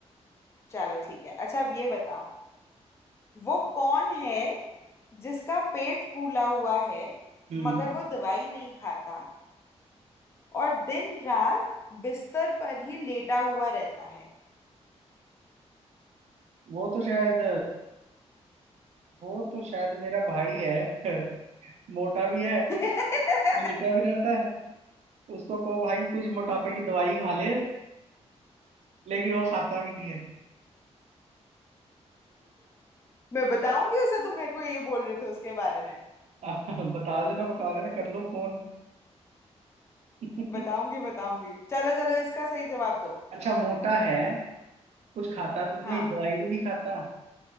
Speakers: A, on the left (about 25°); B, on the right (about 70°).
A: चलो ठीक है अच्छा अब ये बताओ वो कौन है जिसका पेट फूला हुआ है
B: हम्म
A: मगर वो दवाई नहीं खाता और दिन रात बिस्तर पर ही लेटा हुआ रहता है
B: वो तो शायद वो तो शायद मेरा भाई है <laughs> मोटा भी है
A: <laughs>
B: लेटा भी रहता है उसको कहो भाई कुछ मोटापे की दवाई खा ले लेकिन वो खाता भी नहीं है
A: मैं बताऊंगी उसे तुम मेरे को ये बोल रहे थे उसके बारे में
B: <laughs> बता देना बता देना कर लो फोन <laughs>
A: बताऊंगी बताऊंगी चलो चलो इसका सही जवाब दो
B: अच्छा मोटा है कुछ खाता भी
A: हाँ
B: नहीं दवाई भी नहीं खाता